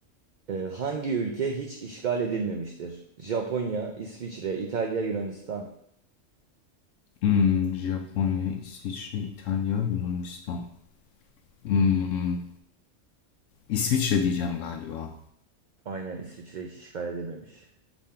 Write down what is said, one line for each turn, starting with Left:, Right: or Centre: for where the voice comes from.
Right: Ee, hangi ülke hiç işgal edilmemiştir? Japonya, İsviçre, İtalya, Yunanistan.
Left: Hmm, Japonya, İsviçre, İtalya, Yunanistan. Hmm, İsviçre diyeceğim galiba.
Right: Aynen İsviçre hiç işgal edilmemiş.